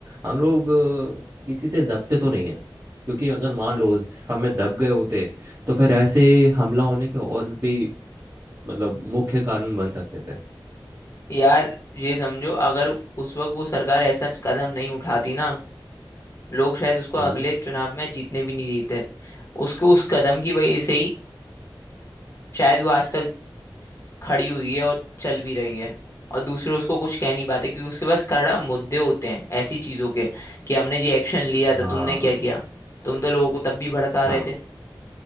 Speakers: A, on the right (about 40°); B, on the left (about 40°).
A: हम लोग अ, किसी से दबते तो नहीं है क्योंकि अगर मान लो उस हमें दब गए होते तो फिर ऐसे हमला होने के और भी मतलब मुख्य कारण बन सकते थे
B: यार ये समझो अगर उस वक्त वो सरकार ऐसा कदम नहीं उठाती ना लोग शायद उसको अगले
A: हम्म
B: चुनाव में जीतने भी नहीं देते उसको उस कदम की वजह से ही शायद वो आज तक खड़ी हुई है और चल भी रही है और दूसरे उसको कुछ कह नहीं पाते क्योंकि उसके पास कड़ा मुद्दे होते हैं ऐसी चीजों के कि हमने ये एक्शन लिया था
A: हाँ
B: तुमने क्या किया तुम तो लोगों को तब भी भड़का
A: हाँ
B: रहे थे